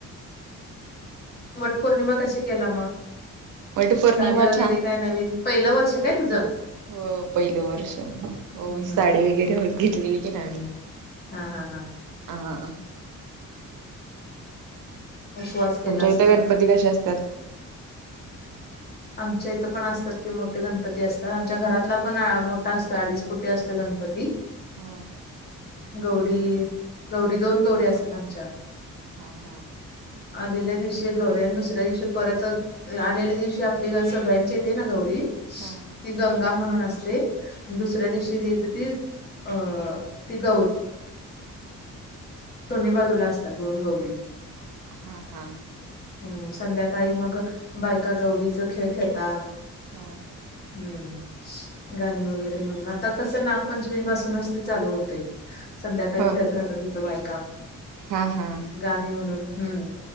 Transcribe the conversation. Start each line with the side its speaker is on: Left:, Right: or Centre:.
Left: वटपौर्णिमा कशी केला मग?
Right: वट पौर्णिमा
Left: साडी वगैरे
Right: छान
Left: काय नवीन पहिलं वर्ष काय तुझं?
Right: हो पहिलं वर्ष हो
Left: हम्म, हा
Right: साडी
Left: हा
Right: वगैरे होत घेतलेली की नाणीन.
Left: हा हा हा
Right: <unintelligible>
Left: उपवास केला
Right: तुमच्या
Left: असणार.
Right: इथ गणपती कसे असतात.
Left: आमच्या इथं पण असतात कि मोठे गणपती असतात आमच्या घरातला पण मोठा असतो अडीच <unintelligible> असत गणपती.
Right: हा
Left: गौरी गौरी दोन गौरी असतात आमच्यात.
Right: हा हा
Left: आलेल्या दिवशी गौऱ्या आणि दुसऱ्या दिवशी परत आलेल्या दिवशी <unintelligible> सगळ्यांचे येते ना गौरी?
Right: हां
Left: ती गंगा म्हणून असते दुसऱ्या दिवशी ती येते ती अ ती गौरी. दोन्ही बाजूला असतात दोन गौरी.
Right: हा हा
Left: हम् संध्याकाळी मग बायका गौरीचा खेळ खेळतात.
Right: हा
Left: हम्म. गाणी वगैरे म्हणून आता कसं नागपंचमी पासूनच ते चालू होते. संध्याकाळी
Right: हो
Left: खेळत राहतात तिथं बायका
Right: हा हा
Left: गाणी म्हणून हम्म.